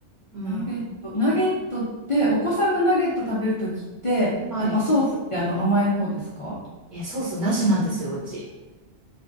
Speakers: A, in the centre; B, on the left.
A: うん。
B: ナゲット、ナゲットって、お子さんがナゲット食べるときって、
A: はい。
B: やっぱソースってあの甘い方ですか
A: え、ソースなしなんですよ、うち。